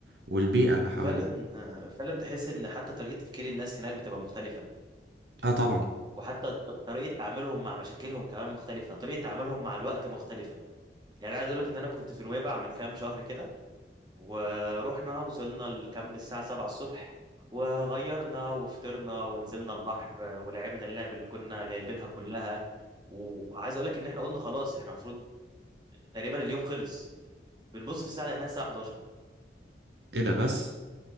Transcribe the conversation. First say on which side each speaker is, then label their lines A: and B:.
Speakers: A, on the right; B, on the right.
A: والبيئه اللي حواليه
B: فعلا آه، فعلا تحس ان حتى طريقه تفكير الناس هناك بتبقى مختلفه
A: اه طبعا
B: وحتى ط- طريقه تعاملهم مع مشاكلهم كمان مختلفه طريقه تعاملهم مع الوقت مختلفه يعني عايز اقول لك ان انا كنت في نويبع من كام شهر كده ورحنا وصلنا الكامب الساعه 7 الصبح وغيرنا وفطرنا ونزلنا البحر آه، ولعبنا اللعب اللي كنا جايبينها كلها وعايز اقول لك ان احنا قلنا خلاص احنا المفروض تقريبا اليوم خلص بنبص في الساعه لقيناها الساعه 11
A: ايه ده بس